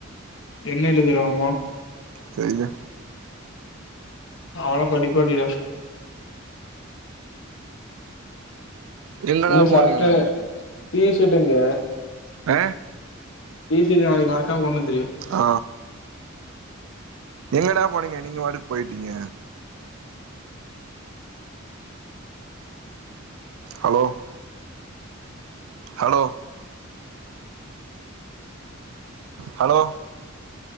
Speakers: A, on the left; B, on the right.
A: என்ன எழுதுறானாம
B: தெரில
A: அவன்லா படிப்பாளி டா
B: எங்கடா
A: இந்த
B: போனீங்க
A: ஷர்ட டீஷர்ட்டேங்கே
B: ஆ
A: டிசர்ட் நாளைக்கு மறக்காம கொண்டுவந்துரு
B: ஆ எங்கடா போனீங்க நீங்க வாட்டுக்கு போயிட்டீங்க hello hello hello